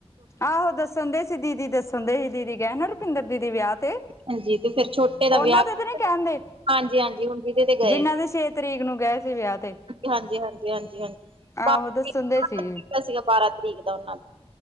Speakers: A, on the left; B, on the right.
A: ਆਹੋ ਦੱਸਣ ਦੇ ਸੀ ਦੀਦੀ ਦੱਸਣ ਦੇ ਸੀ ਦੀਦੀ ਕਹਿਣ ਰੁਪਿੰਦਰ ਦੀਦੀ ਵਿਆਹ ਤੇ
B: ਹਾਂਜੀ ਤੇ ਫਿਰ ਛੋਟੇ ਦਾ
A: ਉਹਨਾਂ
B: ਵਿਆਹ
A: ਦੇ ਤੇ ਨੀ ਕਹਿੰਦੇ
B: ਹਾਂਜੀ ਹਾਂਜੀ ਹੁਣ ਜਿਹਦੇ ਤੇ ਗਏ
A: ਜਿੰਨਾਂ
B: ਸੀ
A: ਦੇ ਛੇ ਤਰੀਕ ਨੂੰ ਗਏ ਸੀ ਵਿਆਹ ਤੇ
B: ਹਾਂਜੀ ਹਾਂਜੀ ਹਾਂਜੀ ਹਾਂਜੀ ਬਾਰਾਂ
A: ਆਹੋ ਦੱਸਣ ਦੇ
B: ਬਾਂ
A: ਸੀ
B: ਤਰੀਕ ਦਾ ਸੀਗਾ ਬਾਰਾਂ ਤਰੀਕ ਦਾ ਉਹਨਾਂ ਦਾ